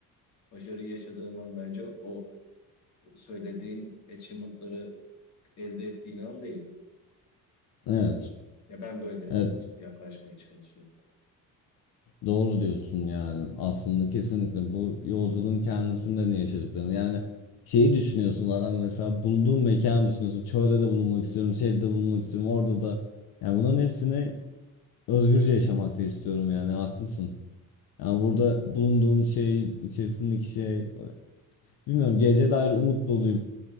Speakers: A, on the left; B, on the left.
A: Başarıyı yaşadığın an bence o söylediğin achievement'ları elde ettiğin an değil.
B: Evet.
A: Ya ben böyle
B: Evet.
A: yaklaşmaya çalışıyorum.
B: Doğru diyorsun yani aslında kesinlikle bu yolculuğun kendisinde ne yaşadıklarını yani şeyi düşünüyorsun adam mesela bulunduğun mekanı düşünüyorsun çölde de bulunmak istiyorum şeyde de bulunmak istiyorum orada da yani bunların hepsini özgürce yaşamak da istiyorum yani haklısın yani burada bulunduğum şey içerisindeki şey bilmiyorum geleceğe dair umut doluyum